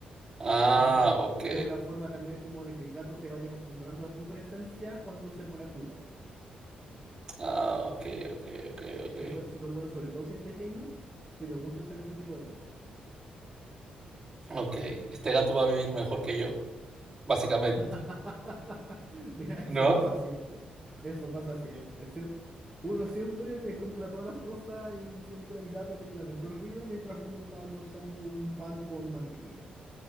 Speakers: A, on the right; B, in the centre.
A: Ah,
B: Entonces,
A: ok.
B: es una forma también como de que el gato se vaya acostumbrando a tu presencia cuando se pone a jugar.
A: Ah, ok, ok, ok,
B: Así que
A: ok.
B: eso es súper bueno, sobre todo si es pequeño, sirve mucho hacer ese tipo de cosas.
A: Ok, este gato va a vivir mejor que yo. básicamente,
B: <laughs> Mira, eso
A: ¿no?
B: pasa siempre. Eso pasa siempre. Siem- uno siempre le compra todas las cosas y siempre el gato tiene la mejor vida mientras uno está almorzando un pan con mantequilla.